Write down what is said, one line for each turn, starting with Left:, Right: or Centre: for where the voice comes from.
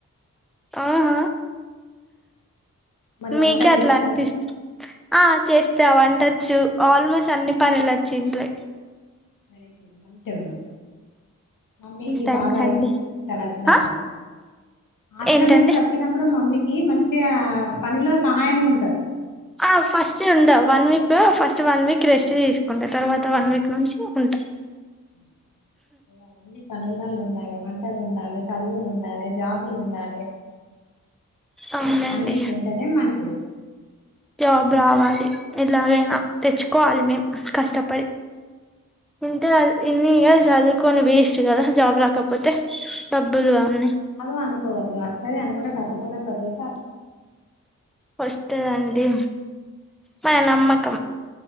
Centre: ఆహ
Left: మరి
Centre: మీకే
Left: వంటలు
Centre: అట్లా
Left: చేస్తారా
Centre: అనిపిస్తు ఆ చేస్త ఆ వంటొచ్చు ఆల్మోస్ట్ అన్ని పనులు వచ్చి ఇంట్లో
Left: వెరీ గుడ్ మంచోల్లు మమ్మీకి
Centre: థ్యాంక్స్
Left: బాగా
Centre: అండి
Left: హెల్ప్ ఫుల్ గా ఉంటారు వచ్చినప్పుడు
Centre: ఆ
Left: హాస్టల్
Centre: ఏంటండి
Left: నుంచి వచ్చినప్పుడు మమ్మకి మంచి గా పనిలో సహాయంగా ఉంటారు
Centre: ఆ ఫస్ట్ ఉంటా one week first one week rest తీసుకుంటా తర్వాత వన్ వీక్ నుంచి ఉంటా
Left: హ ఇయ్యాల ఉంది పని పిల్లలు ఉండాలి వంటలు ఉండాలి చదువులు ఉండాలి జాబులు ఉండాలే
Centre: అవునండి
Left: అన్నిట్లో ఉంటేనే మంచిది
Centre: జాబ్ రావాలి ఎలాగైనా తెచ్చుకోవాలి మేము కష్టపడి ఇంక ఇన్ని ఇయర్స్ చదువుకొని వేస్ట్ కదా జాబ్ రాకపోతే డబ్బులు
Left: వస్తది
Centre: అన్ని
Left: రాదు అనుకోవద్దు తది అనుకుంటే తప్పకుండా చదువుత
Centre: వస్తదండి మన నమ్మకం